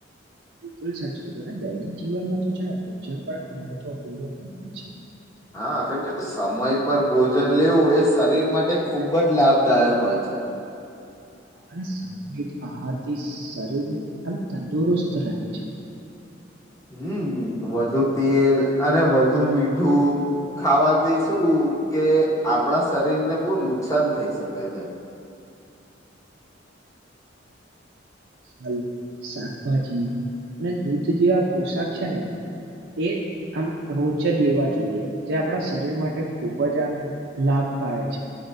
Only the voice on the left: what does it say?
હા કેમ કે સમય પર ભોજન લેવું એ શરીર માટે ખૂબ જ લાભદાયક હોય છે.
હમ વધુ તેલ અને વધુ મીઠું ખાવાથી શું કે આપણા શરીર ને બહુ નુકસાન થઈ શકે છે.